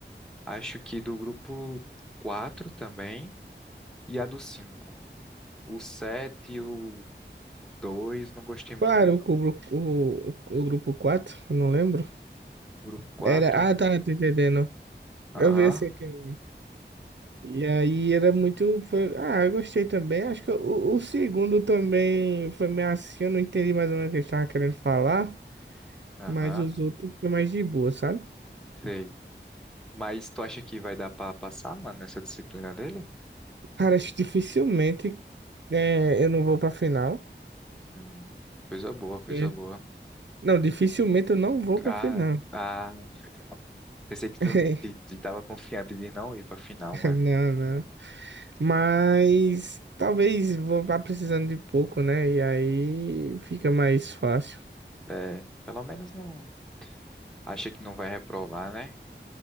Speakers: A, in the centre; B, on the right.
A: Acho que do grupo 4 também e a do 5, O 7 e o 2 não gostei muito,
B: Claro,
A: não.
B: o, cubro- o, o, grupo 4 eu não lembro.
A: Grupo quatro,
B: Era, ah, tá, tô entendendo.
A: Aham,
B: Eu vi esse aqui. E aí era muito, foi, ah, eu gostei também. Acho que o, o segundo também foi meio assim, eu não entendi mais ou menos o que ele estava querendo falar,
A: aham,
B: mas os outros foi mais de boa, sabe?
A: sei. Mas tu acha que vai dar pra passar, mano, nessa disciplina dele?
B: Cara, acho que dificilmente é, eu não vou pra final.
A: Hum, coisa boa, coisa
B: É.
A: boa.
B: Não, dificilmente eu não vou pra
A: Ah,
B: final.
A: ah, pensei que
B: <laughs>
A: tu que, que tava confiante de não ir pra final, mano.
B: Não, não. Mas talvez vou vá precisando de pouco, né? E aí fica mais fácil.
A: É, pelo menos não. Acha que não vai reprovar, né?